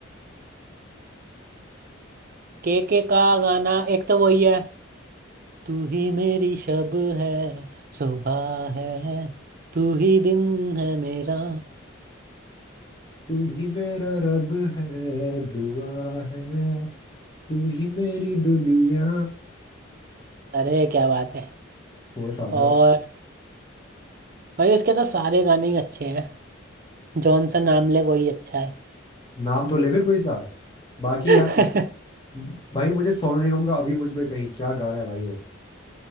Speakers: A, on the right (about 45°); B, on the left (about 20°).
A: के के का गाना एक तो वही है तू ही मेरी शब है सुबह है तू ही दिन है मेरा
B: तू ही मेरा रब है दुआ है तू ही मेरी दुनिया
A: अरे क्या बात है
B: थोड़ा सा आता
A: और
B: है
A: भाई उसके तो सारे गाने ही अच्छे हैं जॉनसन आमले वही अच्छा है
B: नाम तो ले मेरे कोई सा बाकी
A: <laughs>
B: यार भाई मुझे सोनू निगम का अभी मुझ में कहीं क्या गाना है भाई वो